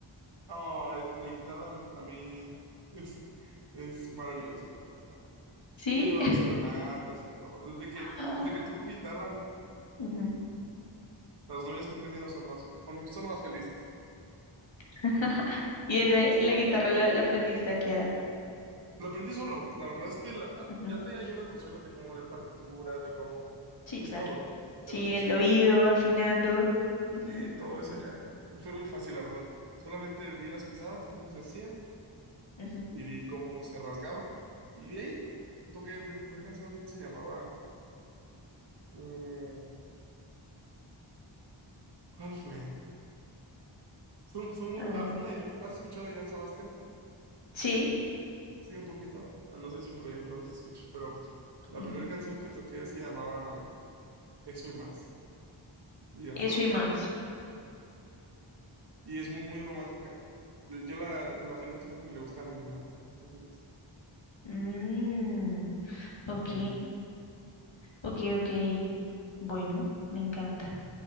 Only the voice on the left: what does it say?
¿Sí?
Ah,
ujú.
<laughs> ¿Y ese,
la guitarra la, la aprendiste a qué edad?
Ujú.
Sí,
claro.
Sí,
el oído, afinando. Ujú,
ujú.
A ver,
a
ver.
Sí,
ujú.
Eso
y más.
Mm, ok,
ok, ok. Bueno, me encanta.